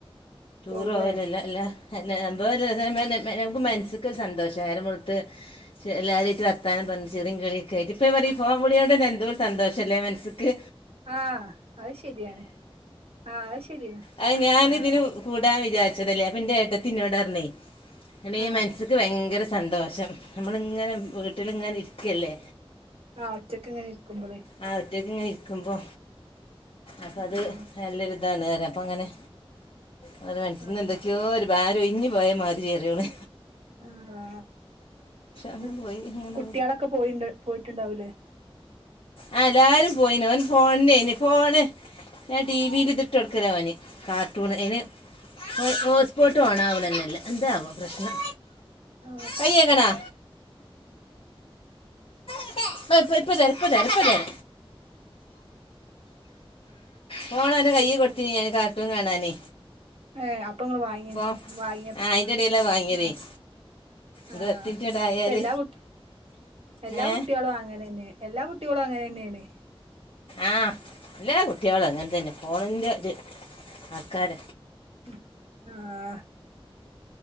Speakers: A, on the left; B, on the right.
A: ടൂറ്
B: പോവുലേ
A: വോവലല്ല എല്ല എല്ല സംഭവം <unintelligible> നമുക്ക് മൻസ്ക്ക് സന്തോഷ ഏരം വെള്ത്ത് ചെ എല്ലാരുഏറ്റ് വർത്താനം പറ്ഞ്ഞ് ചിറിം കളിയൊക്കൈറ്റ് ഇപ്പൊ ഞാപറിം ഫോം വിളിയോ ണ്ടെന്നെ എന്തോര് സന്തോഷല്ലേ മൻസ്ക്ക്
B: ആഹ് അത് ശെരിയാണ്. ആഹ്, അയ്ശെരിയാ
A: അത് ഞാനിതിന്
B: ആഹ്.
A: കൂടാൻ വിചാര്ച്ചതല്ലേ അപ്പൊ ഇന്റെ ഏട്ടത്തി ഇന്നോടർണേ എണീ
B: ആ
A: മൻസ്സ്ക്ക് ഭയങ്കര സന്തോഷം നമ്മള്ങ്ങനെ വീട്ട്ല്ങ്ങനെ ഇരിക്ക്യല്ലേ
B: ആഹ് ഒറ്റക്ക് ഇങ്ങനെ ഇരിക്കുമ്പളേ
A: ആഹ് ഒറ്റക്ക് ഇങ്ങനെ ഇരിക്കുമ്പൊ അപ്പത്
B: ഉം
A: നല്ലൊരു ഇതാന്ന് അറ്യ അപ്പങ്ങനെ ഓളറ്‌യാ മനസ്സ്ന്ന്
B: ആ
A: എന്തൊക്കിയോ ഒരു ഭാരം ഒയിഞ്ഞ് പോയ മാതിരിയറിയോള്
B: ആഹ്
A: അങ്ങനെ
B: ഉം
A: പോയി അങ്ങനെ
B: കുട്ട്യോളൊക്കെ പോയിണ്ട് പോയിട്ട്ണ്ടാവൂലേ
A: ആഹ് എല്ലാരും പോയീന്ന് ഓന് ഫോൺനേന് ഫോണ് ഞാൻ ടിവീല് ഇത്ട്ടൊട്ക്കലാ ഓന് കാർ ട്ടൂണ്ഏന് ഹോ ഹോസ്പോട്ട് ഓണാവ്ണെന്നെല്ല എന്താവോ പ്രശ്നം
B: ഓ
A: കയ്യെകണാ
B: <inaudible>
A: ഇപ്പം ഇപ്പം ഇപ്പതരാ ഇപ്പതരാ ഇപ്പതെര ഫോണ് ഓന്റെ ൻ്റെ കയ്യി കൊടുത്തിന്ന് ഞാന് കാർട്ടൂൻ കാണാന്
B: ഏഹ് അപ്പൊങ്ങള് വാങ്ങി
A: ആ
B: വാങ്ങിയപൊ
A: അതിൻ്റെ ഇടയിലാണ് വാങ്ങിയതേ
B: ആഹ്
A: ഇത്
B: ആഹ്
A: എത്തിയിട്ടുണ്ടായാൽ
B: ഇപ്പെല്ലാ കുട്ടിയോ എല്ലാ
A: ഏ
B: കുട്ടിയോളും അങ്ങനെന്നെ എല്ലാ കുട്ടികളും അങ്ങനെന്നേണ്
A: ആഹ് എല്ലാ കുട്ടേളും അങ്ങൻ തെന്നെ ഫോണ്ന്റെ ര് ആൾക്കാര
B: ഉം ആഹ്